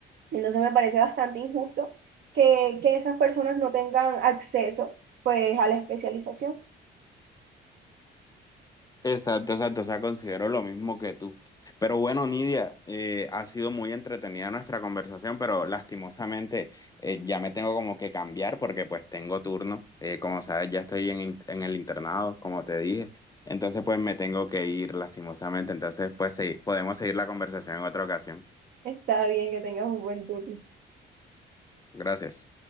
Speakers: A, on the right; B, on the left.
A: Entonces me parece bastante injusto que, que esas personas no tengan acceso pues a la especialización.
B: Exacto, exacto, o sea, considero lo mismo que tú. Pero bueno, Nidia, eh, ha sido muy entretenida nuestra conversación, pero lastimosamente eh, ya me tengo como que cambiar porque pues tengo turno. Eh, como sabes, ya estoy en, in- en el internado, como te dije. Entonces pues me tengo que ir lastimosamente. Entonces pues segui- podemos seguir la conversación en otra ocasión.
A: Está bien que tengas un buen turno.
B: Gracias.